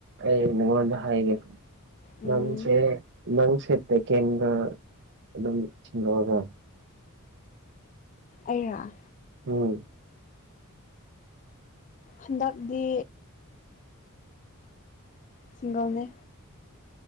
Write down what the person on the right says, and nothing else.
ꯑꯩꯣꯗ ꯍꯥꯏꯒ
ꯅꯪꯁꯦ ꯅꯪꯁꯦ ꯇꯦꯛꯀꯦꯟꯒ ꯑꯗꯨꯝ ꯆꯤꯡꯗꯣꯛꯑꯒ
ꯎꯝ